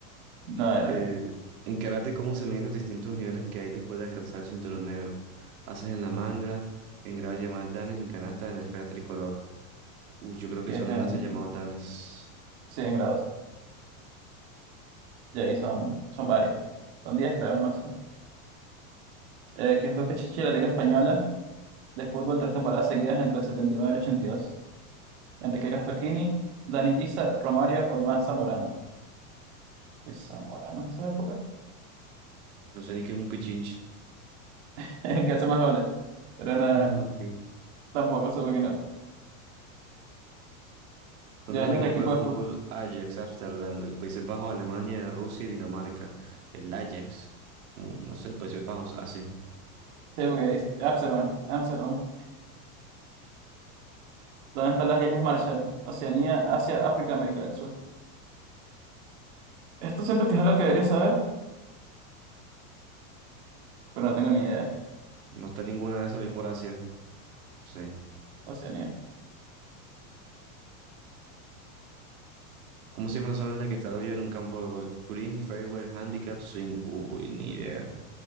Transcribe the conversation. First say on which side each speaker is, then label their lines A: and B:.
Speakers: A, on the right (about 50°); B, on the right (about 75°).
A: no era.
B: Eh, en karate, ¿cómo se miden los distintos niveles que hay después de alcanzar el cinturón negro? Haces en la manga, en grados llamados danes, en canastas, en esferas tricolor. Uf, yo creo que
A: Y es
B: son
A: en
B: en haces llamados danes.
A: 100 grados. Y ahí son, son varios. Son 10, creo, al máximo. Eh, quien fue Pichichi de la Liga Española de fútbol tres temporadas seguidas entre el 79 y nueve y el 82? Enrique Castroquini, Dani Guisa, Romario o Iván Zamorano. Uy, Zamorano en esa época.
B: No sé ni qué es un pichinche.
A: <laughs> El Que hace más goles. Pero
B: <laughs>
A: nada,
B: Ah, ok.
A: tampoco supe quién era.
B: ¿Dónde
A: ¿De dónde
B: es el equipo
A: es el equipo
B: de fútbol
A: de fútbol?
B: Ajax Amsterdam? De los Países Bajos, Alemania, Rusia y Dinamarca. El Ajax. Mm, No sé, Países Bajos, así.
A: Sí, porque es Amsterdam, Amsterdam. ¿Dónde están las Islas Marshall? Oceanía, Asia, África, América del Sur. Esto siento que es algo que debería saber, pero no tengo ni idea.
B: no está ninguna de esas, voy por Asia. Sí.
A: Oceanía,
B: ¿Cómo se llama la zona en la que está el hoyo en un campo de golf? Green, fairway, handicap, swing. Uy, ni idea.